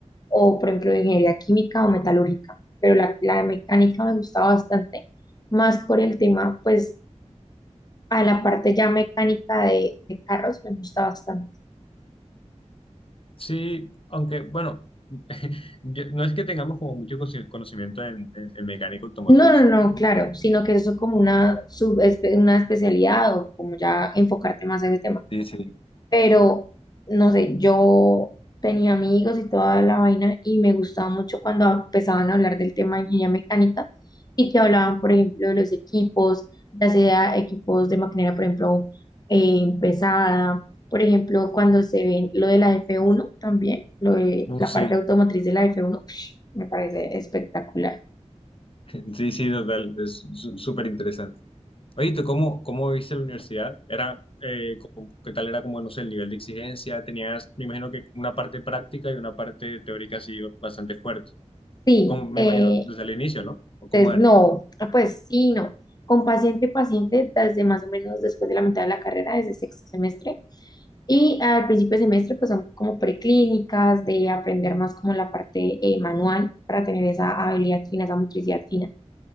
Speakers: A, on the left; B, on the left.
A: o por ejemplo, ingeniería química o metalúrgica, pero la, la mecánica me gustaba bastante, más por el tema, pues, a la parte ya mecánica de, de carros me gusta bastante.
B: Sí, aunque bueno, <laughs> yo- no es que tengamos como mucho cosi- conocimiento en, en- en mecánica automotriz.
A: No, no, no, claro, sino que eso es como una, subespe- una especialidad o como ya enfocarte más a ese tema.
B: Sí, sí.
A: Pero, no sé, yo tenía amigos y toda la vaina y me gustaba mucho cuando empezaban a hablar del tema de ingeniería mecánica y que hablaban, por ejemplo, de los equipos, ya sea equipos de maquinaria, por ejemplo, eh, pesada, por ejemplo, cuando se ven lo de la f uno también, lo de
B: Uh,
A: la
B: sí,
A: parte automotriz de la f uno, <sniffs> me parece espectacular.
B: <laughs> sí, sí, total, es su- súper interesante. Oye, ¿tú cómo, cómo viste la universidad? Era, eh, como- ¿qué tal era como, no sé, el nivel de exigencia? Tenías, me imagino que una parte práctica y una parte teórica así bastante fuerte.
A: Sí,
B: Como, me
A: eh,
B: imagino, desde el inicio, ¿no? ¿O cómo
A: Entonces,
B: era?
A: no, ah, pues sí, no. Con paciente, paciente, desde más o menos después de la mitad de la carrera, desde sexto semestre. Y al principio de semestre, pues son como preclínicas, de aprender más como la parte eh, manual para tener esa habilidad fina, esa motricidad fina.